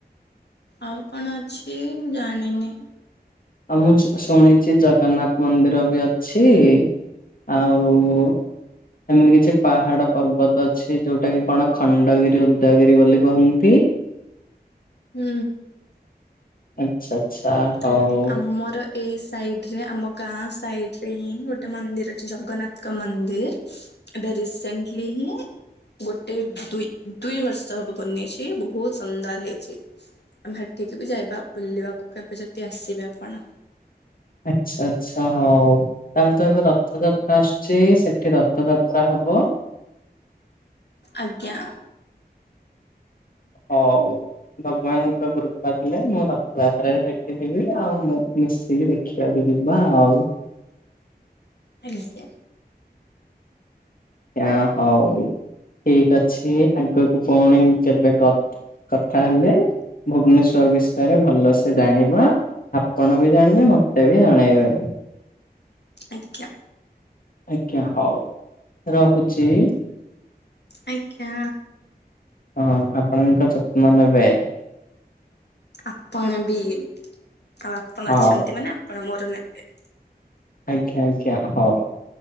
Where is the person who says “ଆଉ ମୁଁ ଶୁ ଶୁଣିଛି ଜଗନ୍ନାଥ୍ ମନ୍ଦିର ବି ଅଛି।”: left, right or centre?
Left